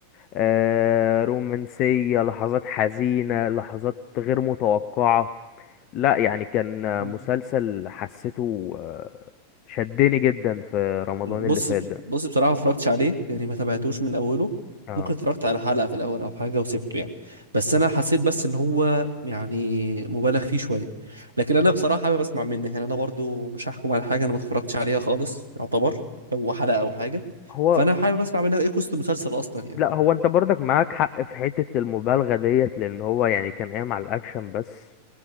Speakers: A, on the left; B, on the right.
A: آه، رومانسية لحظات حزينة لحظات غير متوقعة لا يعني كان
B: ده
A: مسلسل حسيته آه، شدني جدا في رمضان اللي
B: بص
A: فات ده
B: بص بصراحة ما اتفرجتش عليه يعني ما تابعتوش من أوله
A: اه
B: ممكن اتفرجت على حلقة في الأول أو حاجة وسبته يعني بس أنا حسيت بس إن هو يعني مبالغ فيه شوية لكن أنا بصراحة حابب أسمع منك يعني أنا برضو مش هحكم على حاجة أنا ما اتفرجتش عليها خالص يعتبر هو حلقة أو حاجة
A: هو
B: فأنا حابب أسمع منك إيه قصة المسلسل أصلا يعني
A: لا هو انت برضك معاك حق في حتة المبالغة ديت لان هو يعني كان قايم على الاكشن بس